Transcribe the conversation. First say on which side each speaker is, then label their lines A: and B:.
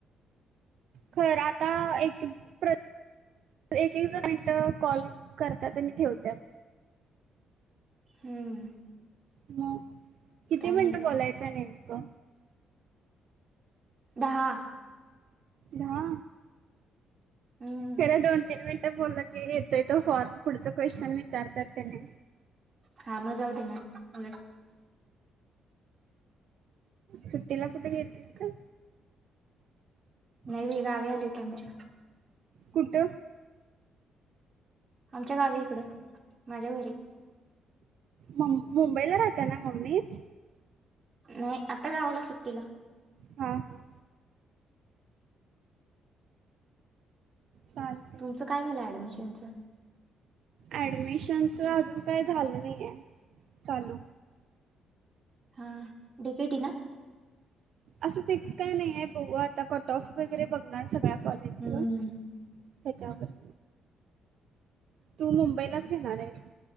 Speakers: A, on the right; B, on the right.
A: खर आता एक -एक प्रत एकेक दहा मिनिट कॉल करत्यात आणि ठेवत्यात
B: हम्म
A: ह किती
B: काय माहिती
A: मिनिट बोलायचं नेमकं?
B: दहा
A: दहा
B: हम्म
A: खर दोन- तीन मिनिट ते बोलला की येतोय तो फॉर्म पुढच क्वेशन विचारत्यात का नाही
B: हा म जाऊदे ना. ह
A: सुट्टीला कुठे गेलतीस ग?
B: नाही मी गावी आलोय इथ आमच्या
A: कुठ?
B: आमच्या गावी इकडं माझ्या घरी
A: मुंबईला राहत्या ना अमित
B: नाही आता गावाला सुट्टीला
A: हा हा चालते
B: तुमचं काय झालं ऍडमिशन कोणच?
A: ऍडमिशनच अजून काही झालं नाही आहे चालू
B: हा डिकेटी ना?
A: असं फिक्स काय नाही आहे बघू आता कटऑफ वगैरे बघणार सगळ्या कॉलिंगच
B: हम्म
A: त्याच्यावर <inaudible> तू मुंबईलाच घेणार आहेस